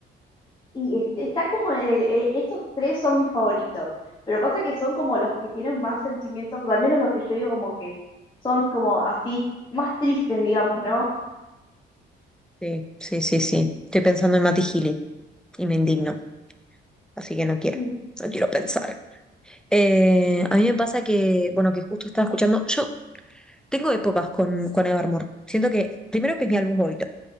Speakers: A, on the left (about 20°); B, in the centre.
A: Y este, está como, eh, eh, esos tres son mis favoritos. Pero pasa que son como los que tienen más sentimientos, o al menos los que yo digo como que son como así, más tristes, digamos, ¿no?
B: Sí, sí, sí, sí. Estoy pensando en Mati Gili y me indigno, así que no quiero,
A: Mm.
B: no quiero pensar. Eh, a mí me pasa que, bueno, que justo estaba escuchando, yo tengo épocas con, con Evermore. Siento que, primero que es mi álbum favorito,